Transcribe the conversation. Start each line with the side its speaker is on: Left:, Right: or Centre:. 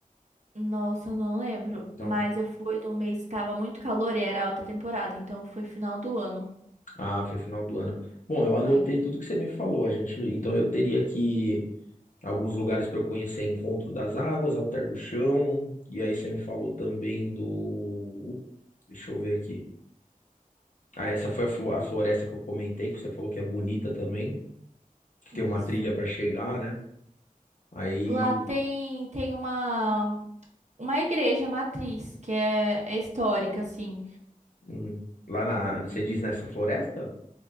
Right: Nossa, eu não lembro.
Left: Não.
Right: Mas eu fui num mês que tava muito calor e era alta temporada, então foi final do ano.
Left: Ah, foi final do ano. Bom, eu anotei
Right: Foi.
Left: tudo que você me falou. A gente, então eu teria aqui alguns lugares para eu conhecer Encontro das Águas, Alter do Chão, e aí você me falou também do. Deixa eu ver aqui. Ah, essa foi a, flo- a floresta que eu comentei, que você falou que é bonita também, que
Right: Isso.
Left: tem uma trilha para chegar, né? Aí,
Right: Lá tem tem uma uma igreja matriz que é, é histórica, assim.
Left: hum, lá na, você diz nessa floresta?